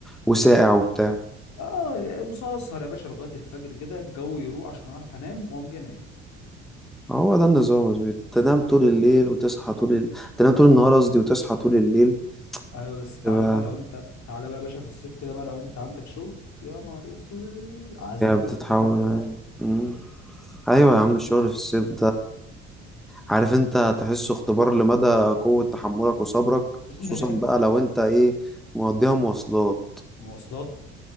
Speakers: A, in the centre; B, on the left (about 55°).
A: وساقع وبتاع
B: اه وسهر يا باشا لغايه الفجر كده الجو يروق عشان اعرف انام واقوم جاي نايم
A: هو ده النظام بس بتنام طول الليل وتصحى طول ال... تنام طول النهار قصدي وتصحى طول الليل
B: ايوه بس تعالى
A: تبقى
B: بقى لو انت تعالى بقى يا باشا في الصيف كده بقى لو انت عندك شغل يا نهار اسود عذاب
A: بتتحول
B: ربنا في
A: يعني.
B: الارض
A: مم. ايوه
B: عذاب
A: يا عم الشغل في الصيف عارف انت تحسه اختبار لمدى قوة تحملك وصبرك
B: <laughs>
A: خصوصا بقى لو انت ايه مقضيها مواصلات
B: مواصلات